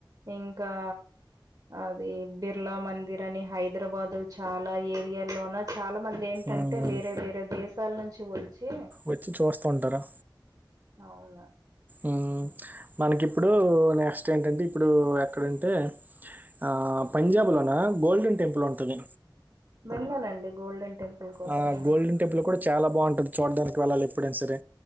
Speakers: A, on the right; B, on the right.
A: ఇంకా అది బిర్లా మందిర్ అని హైదరాబాదు చాలా ఏరియాల్లోన చాలా మంది ఏంటంటే
B: ఉమ్.
A: వేరే వేరే దేశాల నుంచి వచ్చి
B: వచ్చి చూస్తా ఉంటారా
A: అవును
B: ఉమ్మ్ మనకిప్పుడు నెక్స్ట్ ఏంటంటే ఇప్పుడు ఎక్కడంటే ఆ పంజాబ్ లోనా గోల్డన్ టెంపుల్ ఉంటది
A: మెలోన్ అండి గోల్డెన్ టెంపుల్ కోసము
B: ఆ గోల్డెన్ టెంపుల్ కూడా చాలా బాగుంటది చూడానికి వెళ్ళాలి ఎప్పుడైనా సరే